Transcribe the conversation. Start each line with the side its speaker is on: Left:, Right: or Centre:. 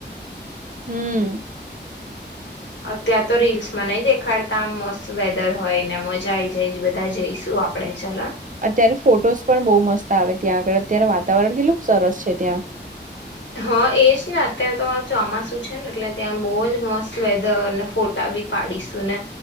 Right: હમ્મ
Left: અત્યાર તો રીલ્સમાં નહીં દેખાડ તાં મસ્ત વેધર હોય ને મજા આય જાય. બધા જઈશું આપડે ચલોન.
Right: અત્યારે ફોટોસ પણ બહુ મસ્ત આવે ત્યાં આગળ અત્યારે વાતાવરણ કેટલું સરસ છે ત્યાં.
Left: હા એ જ ને અત્યારે તો ચોમાસું છે ને એટલે ત્યાં બવજ મસ્ત વેધર ને ફોટા બી પાડીશું ને